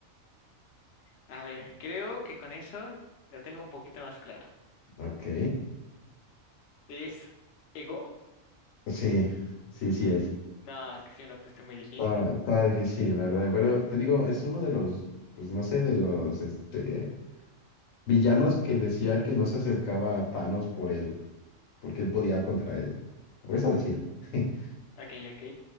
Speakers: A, on the left (about 65°); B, on the left (about 75°).
A: A ver, creo que con eso la tengo un poquito más claro.
B: Ok.
A: ¿Es Ego?
B: Sí, sí, sí es.
A: No, es que sí me lo pusiste muy difícil.
B: Está, está difícil, la verdad. Pero te digo, es uno de los, pues no sé, de los este, villanos que decía que no se acercaba a Thanos por él, porque él podía contra él. O eso decía. <laughs>
A: Ok, ok.